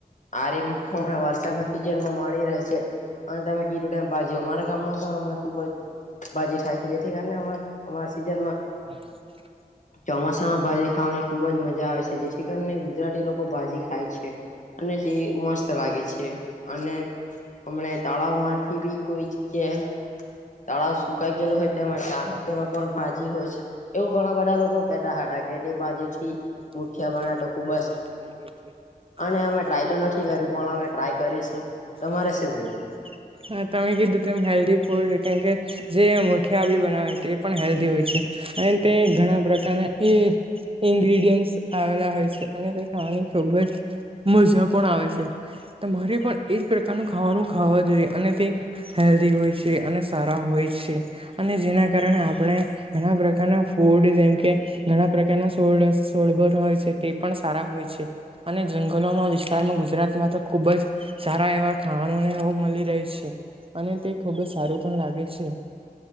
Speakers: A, on the left; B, on the right.
A: આ ર હમણા વરસાદના સિઝન માં મળી રહે છે અને તમે કીધું ટાઈમ ભાજ્યું અમારા ગામમાં પણ હણા ખુબ જ બાજી થાય છે જેથી કારણે અમારા સિઝનમાં
B: <unintelligible>
A: ચોમાસામાં ભાજી ખાવાની ખુબ જ મજા આવે છે જેથી કરીને ગુજરાતી લોકો ભાજી ખાય છે. અને તે મસ્ત લાગે છે અને. હમને તળાવ માંથી બી કોઈ છે કે તળાવ સુકાઈ ગેલો હોય તેમાં ક હોય. જેમાં પણ બાાજી હોય છે એવું ઘણા બધા લોકો કેટા હતા કે તે બાજી થી.
B: ખબ
A: મુઠિયા
B: જ
A: બનાવે તો ખુબ
B: સરસ લાગે છે
A: અને અમે
B: ટ્રાય ટાય <unintelligible>
A: તો નથી કર્યું પણ અમે ટ્રાય કરીશું તમારે શું કેવું?
B: હા તમે કીધું તેમ હેલ્ધી ફૂડ કેમ કે. જે મુઠિયા બી બનાવે તે પણ હેલ્ધી હોય છે અને તે ઘણા પ્રકારના એ. ઇગ્રીડયન્ટસ. આવેલા હોય છે અને તે ખાવાની ખુબ જ મજા પણ આવે છેરી પણ. એજ પ્રકારનું ખાવાનું ખાવા જોઈએ અને તે હેલ્ધી હોય છે અને સારા હોય છે.. અને જેના કારણે આપણે ઘણા પ્રકારના ફૂડ જેમ કે. ઘણા પ્રકારના સોળ સોળબર. હોય છે તે પણ સારા હોય છે અને જંગલોમાં વિસ્તારમાં ગુજરાતમાં તો ખુબ જ. સારા એવા ખાવાનોને મળી રહે છે અને તે ખુબ જ સારું પણ લાગે છે.